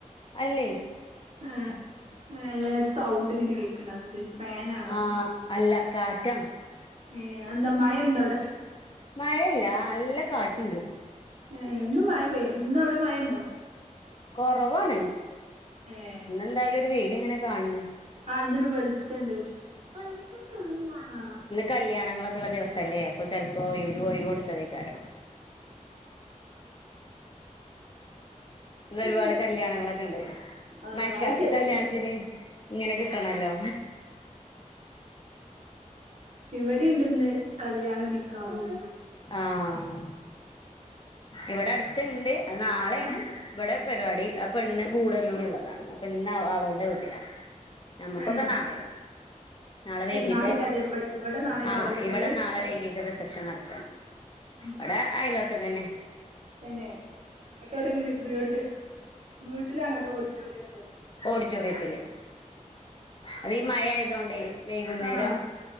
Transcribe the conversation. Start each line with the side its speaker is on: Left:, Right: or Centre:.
Left: അല്ലെയ്
Right: ആഹ് ആല്ല സൗണ്ട് ഇങ്ങനെ കേക്ക്ണ്ട് അതാ ചോയ്ച് ഫേനാ
Left: ആഹ് അല്ല കാറ്റാണ്
Right: ഏഹ് അഎന്താ മഴണ്ടവ്ടെ
Left: മഴയല്ല നല്ല കാറ്റ്ണ്ട്
Right: ഏഹ് ഇന്നും മഴ പെയ് ഇന്നും അവ്ടെ മഴ ഇണ്ടോ
Left: കൊറവാണ്
Right: ഏഹ്
Left: ഇന്നെന്തായാലും ഒരു വെയില് ഇങ്ങനെ കാണ് ണ്
Right: ആഹ് ഇന്നൊരു വെളിച്ചെണ്ട് ആഹ്
Left: കല്യാണങ്ങളൊക്കള്ള ദിവസല്ലേ അപ്പൊ ചെൽപ്പോ ഒരു ഒഴിവ് കൊടുത്തതേക്കാരം ഇന്ന് ഒരുപാട്
Right: ഉം
Left: കല്യാണങ്ങളെക്കെ ഇണ്ട്
Right: ആഹ്
Left: മഴക്കാലത്ത്
Right: അത് ശരിയാണ്
Left: കല്യാണത്തിന് ഇങ്ങനെ ക് ട്ടണല്ലോ
Right: ഇവടിം ണ്ട്ഇന്ന് കല്യാണോം നിക്കാഹും
Left: ആഹ് ഇവടെ അട്ത്ത്ണ്ട് അത് നാളേണ്
Right: ആഹ്
Left: ഇവടെ പരിപാടി അപ്പെണ്ണ് ഗൂഡല്ലൂര്ള്ളതാണ് അപ്പ ഇന്നാ അ അവൾടെ വീട്ടിലാ നമ്മക്കൊക്കെ
Right: ഏഹ്
Left: നാളേണ് നാളെ വൈകീട്ട്
Right: നാളേക്കല്ലേ ഇവ ഇവിടെ നാളേക്കല്ലേ
Left: ആഹ്
Right: പരിപാടി
Left: ഇവടെ നാളെ വൈകീട്ട് റിസപ്ഷൻ നട്ത്ത്
Right: ഉം
Left: ഇവ്ടെ അയലോക്കത്തന്നെ
Right: തന്നെ എട്ടോട്ട് വീട്ട് വീട്ടിലാണോ അതോ ഓഡിറ്റോറിയത്തോ
Left: ഓഡിറ്റോറിയത്തില് അത് ഈ മഴ ആയതോണ്ടേ വൈകുന്നേരം
Right: ആഹ്